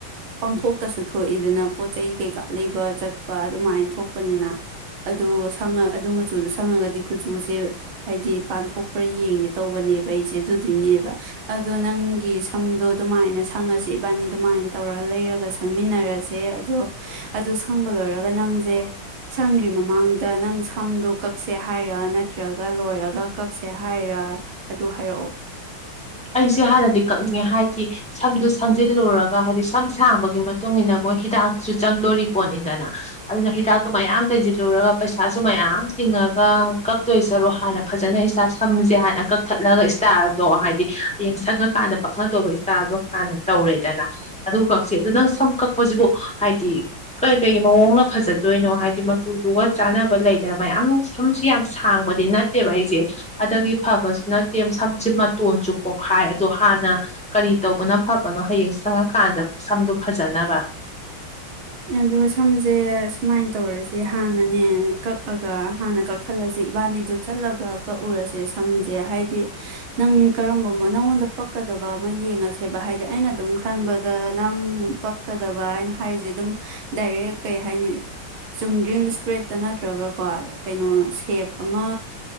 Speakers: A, on the right (about 80°); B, in the centre.
A: ꯄꯪꯊꯣꯛꯇꯁꯨ ꯊꯣꯛꯏꯗꯅ ꯄꯣꯠ ꯆꯩ ꯀꯩꯀꯥ ꯂꯩꯕ ꯆꯠꯄ ꯑꯗꯨꯃꯥꯏꯅ ꯊꯣꯛꯄꯅꯤꯅ ꯑꯗꯨ ꯁꯪꯉ ꯑꯗꯨ ꯃꯆꯨꯗꯣ ꯁꯪꯉꯒꯗꯤ ꯀꯨꯆꯨꯁꯦ ꯍꯥꯏꯗꯤ ꯄꯥꯟꯊꯣꯛꯄꯔ ꯌꯦꯡꯒꯦ ꯇꯧꯕꯅꯦꯕ ꯑꯩꯁꯦ ꯑꯗꯨꯗꯣꯏꯅꯦꯕ ꯑꯗꯣ ꯅꯪꯒꯤ ꯁꯝꯗꯣ ꯑꯗꯨꯃꯥꯏꯅ ꯁꯪꯉꯁꯦ ꯏꯕꯥꯅꯤ ꯑꯗꯨꯃꯥꯏꯅ ꯇꯧꯔ ꯂꯩꯔꯒ ꯁꯪꯃꯤꯟꯅꯔꯁꯦ ꯑꯗꯣ ꯑꯗꯨ ꯁꯪꯕ ꯂꯣꯏꯔꯒ ꯅꯪꯁꯦ ꯁꯪꯗ꯭ꯔꯤ ꯃꯃꯥꯡꯗ ꯅꯪ ꯁꯝꯗꯣ ꯀꯛꯁꯦ ꯍꯥꯏꯔ ꯅꯠꯇ꯭ꯔꯒ ꯂꯣꯏꯔꯒ ꯀꯛꯁꯦ ꯍꯥꯏꯔ ꯑꯗꯨ ꯍꯥꯏꯔꯛꯎ
B: ꯑꯩꯁꯦ ꯍꯥꯟꯅꯗꯤ ꯀꯛꯅꯤꯡꯉꯦ ꯍꯥꯏ ꯗꯤ ꯁꯝꯗꯨ ꯁꯪꯖꯤꯜꯂꯨꯔꯒ ꯍꯥꯏꯗꯤ ꯁꯝ ꯁꯥꯡꯕꯒꯤ ꯃꯇꯨꯡ ꯏꯟꯅ ꯃꯣꯏ ꯍꯤꯗꯥꯛꯇꯨꯁꯨ ꯆꯪꯗꯣꯔꯤ ꯄꯣꯠꯅꯤꯗꯅ ꯑꯗꯨꯅ ꯍꯤꯗꯥꯛꯇꯨ ꯃꯌꯥꯝ ꯇꯩꯁꯤꯜꯂꯨꯔꯒ ꯄꯩꯁꯥꯁꯨ ꯃꯌꯥꯝ ꯇꯤꯡꯉꯒ ꯀꯛꯇꯣꯏ ꯆꯔꯣ ꯍꯥꯟꯅ ꯐꯖꯅ ꯏꯁ ꯁꯝꯁꯦ ꯍꯥꯟꯅ ꯀꯛꯊꯠꯂꯒ ꯏꯁꯇꯥꯏꯜꯗꯣ ꯍꯥꯏꯗꯤ ꯗꯤ ꯍꯌꯦꯡ ꯁꯪꯉꯀꯥꯟꯗ ꯄꯛꯅꯗꯧꯕ ꯏꯁꯇꯥꯏꯜꯗꯣ ꯍꯥꯟꯅ ꯇꯧꯔꯦꯗꯅ ꯑꯗꯨꯒ ꯀꯛꯁꯦ ꯑꯗꯨ ꯅꯪ ꯁꯝ ꯀꯛꯄꯁꯤꯕꯨ ꯍꯥꯏꯗꯤ ꯀꯩ ꯀꯩ ꯃꯑꯣꯡꯅ ꯐꯖꯗꯣꯏꯅꯣ ꯍꯥꯏꯗꯤ ꯃꯆꯨꯗꯨꯒ ꯆꯥꯟꯅꯕ ꯂꯩꯗꯅ ꯃꯌꯥꯝ ꯁꯝꯁꯤ ꯌꯥꯝ ꯁꯥꯡꯕꯗꯤ ꯅꯠꯇꯦꯕ ꯑꯩꯁꯦ ꯑꯗꯒꯤ ꯐꯕꯁꯨ ꯅꯠꯇꯦ ꯁꯝꯁꯦ ꯇꯣꯟꯁꯨ ꯄꯣꯛꯈꯥꯏ ꯑꯗꯣ ꯍꯥꯟꯅ ꯀꯔꯤ ꯇꯧꯕꯅ ꯐꯕꯅꯣ ꯍꯌꯦꯡ ꯁꯪꯉꯀꯥꯟꯗ ꯁꯝꯗꯨ ꯐꯖꯅꯕ
A: ꯑꯗꯨꯒ ꯁꯝꯁꯦ ꯁꯨꯃꯥꯏꯅ ꯇꯧꯔꯁꯦ ꯍꯥꯟꯅꯅꯦ ꯀꯛꯑꯒ ꯍꯥꯟꯅ ꯀꯛꯊꯠꯂꯁꯦ ꯏꯕꯥꯅꯤꯗꯨ ꯆꯠꯂꯒ ꯀꯛꯎꯔꯁꯦ ꯁꯝꯁꯦ ꯍꯥꯏꯗꯤ ꯅꯪ ꯀꯔꯝꯕ ꯅꯪꯉꯣꯟꯗ ꯄꯛꯀꯗꯕ ꯑꯃ ꯌꯦꯡꯉꯁꯦꯕ ꯍꯥꯏꯗꯤ ꯑꯩꯅ ꯑꯗꯨꯝ ꯈꯟꯕꯗ ꯅꯪ ꯎꯝ ꯄꯛꯀꯗꯕ ꯍꯥꯏꯅ ꯍꯥꯏꯔꯤꯁꯦ ꯑꯗꯨꯝ ꯗꯥꯏꯔꯦꯛ ꯀꯩ ꯍꯥꯏꯅꯤ ꯆꯨꯝꯗ꯭ꯔꯤꯡ ꯏꯁꯇ꯭ꯔꯦꯠꯇ ꯅꯠꯇ꯭ꯔꯒꯀꯣ ꯀꯩꯅꯣ ꯁꯦꯞ ꯑꯃ